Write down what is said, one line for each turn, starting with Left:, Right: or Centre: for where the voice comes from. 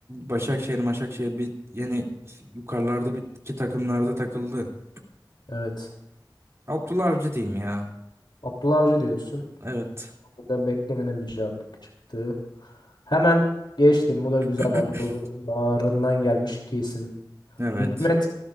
Right: Başakşehir, Başakşehir bir yani yukarılarda bir iki takımlarda takıldı.
Left: Evet.
Right: Abdullah Avcı diyeyim ya.
Left: Abdullah Avcı diyorsun.
Right: Evet.
Left: Ben beklemedim bir cevap çıktı. Hemen geçtim. Bu da
Right: <clears throat>
Left: güzel. Anadolu'nun bağrından gelmiş iki isim.
Right: Evet.
Left: Hikmet,